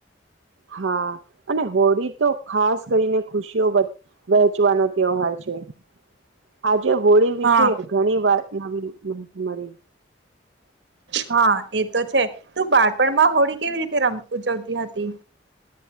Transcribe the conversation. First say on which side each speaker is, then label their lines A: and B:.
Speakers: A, on the right (about 85°); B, on the right (about 70°).
A: હા અને હોળી તો ખાસ કરીને ખુશીઓ વહેચવાનો. તાર છે આજ. આજે હોળી વિશે
B: હા
A: ઘણી વાત નવી માહિતી મળી.
B: હા એ તો છે તું બાળપણમાં હોળી કેવી રીતેમ ઉજવતી હતી.